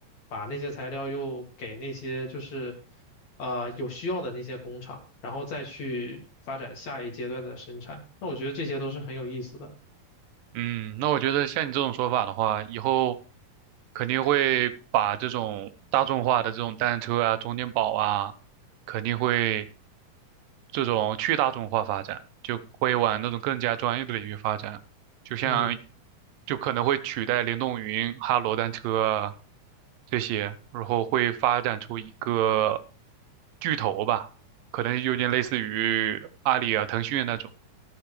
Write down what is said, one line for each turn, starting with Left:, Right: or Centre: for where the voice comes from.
Left: 把那些材料又给那些就是呃有需要的那些工厂，然后再去发展下一阶段的生产。那我觉得这些都是很有意思的，
Right: 嗯，那我觉得像你这种说法的话，以后肯定会把这种大众化的这种单车啊、充电宝啊，肯定会。这种去大众化发展，就会往那种更加专业的领域发展，就像
Left: 嗯。
Right: 就可能会取代联动云、哈罗单车啊这些，然后会发展出一个巨头吧，可能有点类似于阿里啊、腾讯那种。